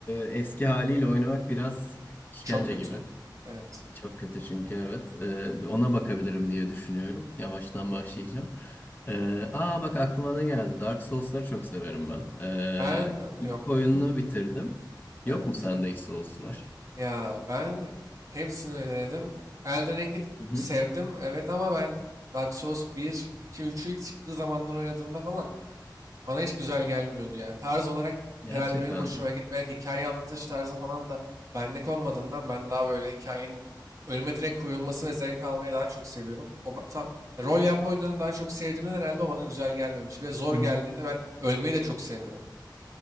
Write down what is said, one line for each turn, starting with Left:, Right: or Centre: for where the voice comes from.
Left: e, eski haliyle oynamak biraz işkence
Right: Çok kötü.
Left: gibi.
Right: Evet.
Left: Çok kötü çünkü evet. Ee, bir ona bakabilirim diye düşünüyorum. Yavaştan başlayacağım. Ee, aa bak aklıma ne geldi. Dark Souls'ları çok severim ben. Ee,
Right: Ben
Left: ilk
Right: yok.
Left: oyununu bitirdim.
Right: Evet.
Left: Yok mu sende hiç Souls'lar?
Right: Ya ben hepsini denedim. Elden Ring'i
Left: Hı hı.
Right: sevdim evet ama ben Dark Souls bir, 2, üçü ilk çıktığı zamanlar oynadığımda falan bana hiç güzel gelmiyordu yani. Tarz olarak
Left: Gerçekten
Right: herhalde benim hoşuma
Left: mi?
Right: gitmedi. Hikaye anlatış tarzı falan da benlik olmadığından ben daha böyle hikayenin önüme direkt koyulması ve zevk almayı daha çok seviyorum. O ba- tam rol yapma oyunlarını daha çok sevdiğimden herhalde o bana güzel gelmemiş. Bir de zor
Left: Hı
Right: geldiğinde
Left: hı.
Right: ben ölmeyi de çok sevmiyorum.